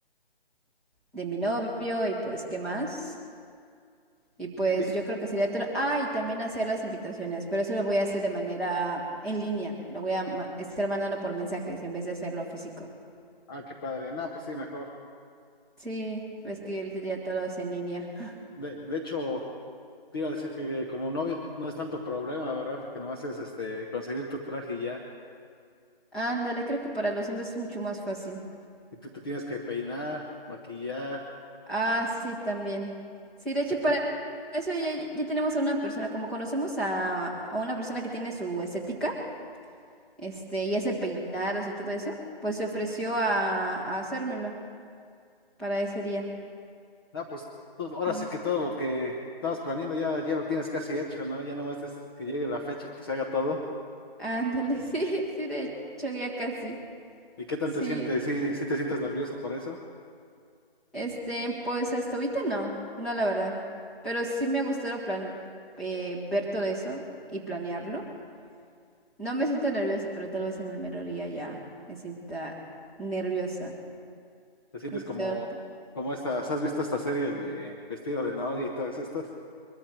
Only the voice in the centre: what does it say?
de mi novio y pues qué más. Y pues
yo creo que sería todo. Ah, y también hacer las invitaciones, pero eso lo voy a hacer de manera en línea. Lo voy a ma- estar mandando por mensajes en vez de hacerlo físico.
Sí, ves que ahorita ya todo es en línea. <laughs>
Ándale, creo que para los hombres es mucho más fácil.
Ah, sí, también. Sí, de
hecho, para
eso ya, ya tenemos a una persona, como conocemos a, a una persona que tiene su estética, este, y hace peinados y todo eso, pues se ofreció a, a hacérmelo para ese día.
Sí.
Ándale, <laughs> sí, sí, de hecho ya casi.
Sí,
este, pues hasta ahorita no, no la verdad. Pero sí me ha gustado plan eh, ver todo eso y planearlo. No me siento nerviosa, pero tal vez en el mero día ya me sienta nerviosa.
Esto-